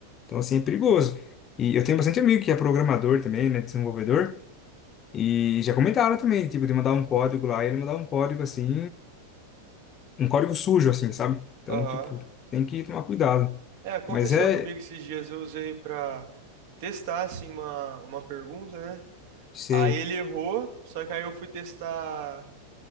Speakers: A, on the left (about 30°); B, on the right (about 50°).
A: Então, assim, é perigoso. E eu tenho bastante amigo que é programador também, né? Desenvolvedor, e já comentaram também, tipo, de mandar um código lá, e ele mandar um código, assim, um código sujo, assim, sabe? Então,
B: Aham.
A: tipo, tem que tomar cuidado.
B: É, aconteceu
A: Mas é.
B: comigo esses dias, eu usei pra. testar, assim, uma, uma pergunta, né?
A: Sei.
B: Aí ele errou, só que aí eu fui testar,